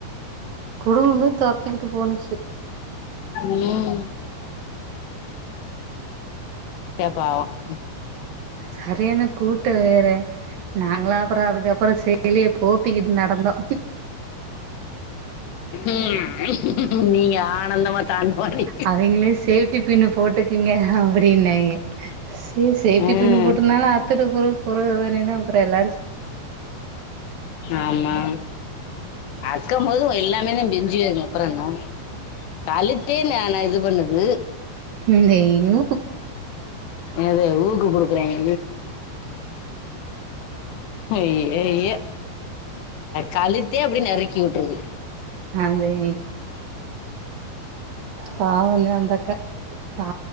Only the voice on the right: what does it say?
குடும்பமே துரத்திக்கிட்டு போணுச்சு
சரியான கூட்டோ வேற நாங்களா அப்புறோ அதுக்கப்புற சேலியே போற்றிக்கிட்டு நடந்தோ
அவங்களே சேஃப்டி பின் போட்டுக்குங்க அப்படின்னாங்க சே சேஃப்டி
பின்னு போட்டிருந்தாலு அத்துட்டு போரது போரதுதான ஏனா அப்புறோ எல்லாரு
ம் தேயு
அதே பாவோ தா அந்தக்கா பா